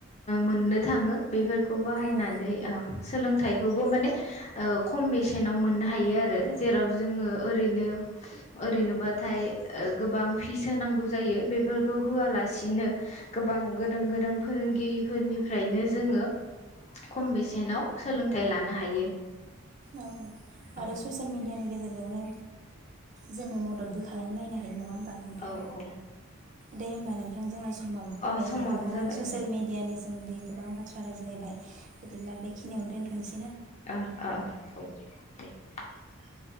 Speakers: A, on the left (about 30°); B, on the right (about 35°).
A: मोननो थाङो बेफोरखौ बाहायना
B: औ
A: नै ओ सोलोंथाइ खौबो माने खम बेसेनाव मोननो हायो आरो। जेराव जोङो ओरैनो ओरैनोबाथाय गोबां फिस होनांगौ जायो बेफोर खौ होआलासिनो गोबां गोरों गोरों फोरोंगिरिफोरनिफ्रायनो जोङो खम बेसेनाव सोलोंथाइ लानो हायो।
B: औ
A: औ
B: आरो ससियेल मिडियानि गेजेरजोंनो जोङो मददबो खालामलायनो हायो नङा नोंथां
A: औ औ
B: दे होमबा नोंथांजों <unintelligible> समाबबो फैबाय
A: अ समाबो
B: जों गोबां
A: जाबाय
B: ससियेल
A: ओं
B: मिडियानि सोमोन्दै <unintelligible> बेखिनियावनो दोनथ'नोसै
A: औ औ <unintelligible>